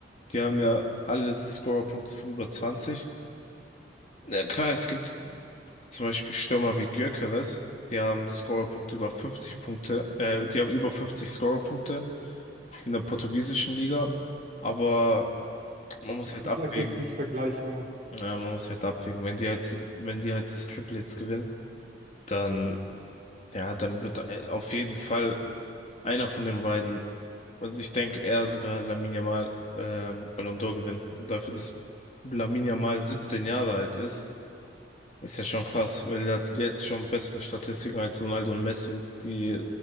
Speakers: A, on the left; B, on the right.
A: Die haben ja alle Scorerpunkte von über 20. Ja, klar, es gibt zum Beispiel Stürmer wie Gyökeres, die haben Scorerpunkte über 50 Punkte, äh, die haben über 50 Scorerpunkte in der portugiesischen Liga. Aber man muss halt
B: Ich
A: abwägen.
B: sag, das ist nicht vergleichbar.
A: Ja, man muss halt abwägen. Wenn die jetzt, wenn die halt das Triple jetzt gewinnen, dann, ja, dann wird äh, auf jeden Fall einer von den beiden, also ich denke eher sogar Lamine Yamal ähm, Ballon d'Or gewinnen. Und dafür, dass Lamine Yamal 17 Jahre alt ist, ist ja schon krass, weil er hat jetzt schon bessere Statistiken als Ronaldo und Messi, die,